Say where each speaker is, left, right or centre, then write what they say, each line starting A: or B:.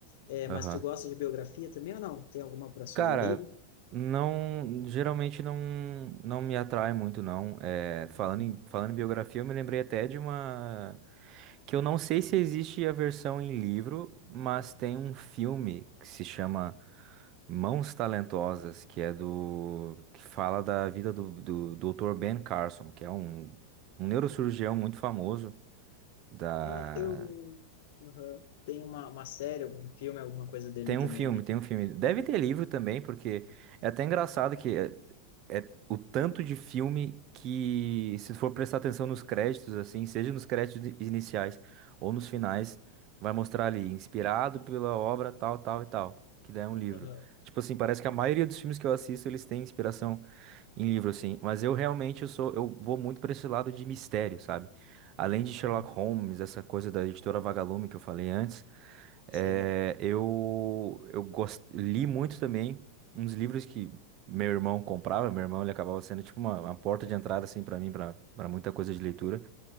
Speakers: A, on the left; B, on the right.
A: É,
B: aham.
A: mas tu gosta de biografia também ou não? Tem alguma para sugerir?
B: Cara, não, geralmente não, não me atrai muito, não. É, falando
A: Uhum.
B: em, falando em biografia, eu me lembrei até de uma. Que eu não sei se existe a versão em livro, mas tem um filme que se chama Mãos Talentosas, que é do, que fala da vida do, do Dr. Ben Carson, que é um, um neurocirurgião muito famoso da,
A: Ah, eu uhum. Tem uma, uma série, algum filme, alguma coisa dele
B: Tem
A: também,
B: um filme,
A: né?
B: tem um filme. Deve ter livro também, porque é até engraçado que é, é o tanto de filme que, se for prestar atenção nos créditos, assim, seja nos créditos i- iniciais ou nos finais, vai mostrar ali, inspirado pela obra tal, tal e tal, que daí é um livro.
A: Uhum.
B: Tipo assim, parece que a maioria dos filmes que eu assisto, eles têm inspiração em livro, assim. Mas eu realmente, eu sou, eu vou muito para esse lado de mistério, sabe? Além de Sherlock
A: Uhum.
B: Holmes, essa coisa da editora Vagalume que eu falei antes,
A: Sei.
B: eh, eu, eu gos- li muito também uns livros que meu irmão comprava. Meu irmão ele acabava sendo tipo uma, uma porta de entrada assim para mim, para para muita coisa de leitura.